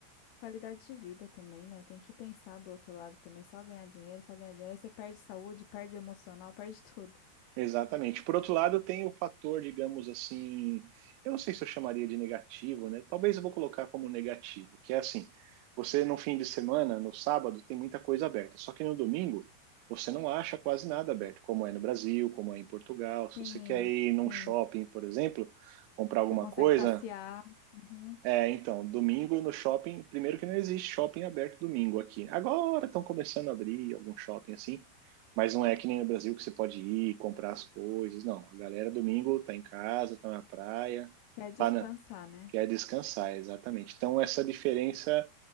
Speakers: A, on the left; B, on the right.
A: Qualidade de vida também, né? Tem que pensar do outro lado também, só ganhar dinheiro, só ganhar dinheiro. Aí você perde saúde, perde o emocional, perde <laughs> tudo.
B: Exatamente. Por outro lado, tem o fator, digamos assim, eu não sei se eu chamaria de negativo, né? Talvez eu vou colocar como negativo, que é assim, você no fim de semana, no sábado, tem muita coisa aberta, só que no domingo você não acha quase nada aberto, como é no Brasil, como é em Portugal. Se
A: Sim,
B: você quer ir num
A: sim.
B: shopping, por exemplo, comprar alguma
A: Você consegue
B: coisa,
A: passear, uhum.
B: é, então, domingo no shopping, primeiro que não existe shopping aberto domingo aqui. Agora estão começando a abrir algum shopping assim, mas não é que nem no Brasil que você pode ir comprar as coisas, não. A galera domingo tá em casa, tá na praia,
A: Quer descansar,
B: tá na...
A: né?
B: quer descansar, exatamente. Então essa diferença,